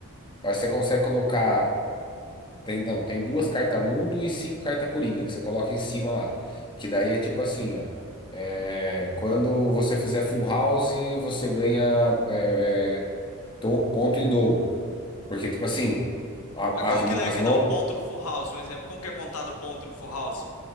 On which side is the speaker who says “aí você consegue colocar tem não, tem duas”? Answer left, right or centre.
Left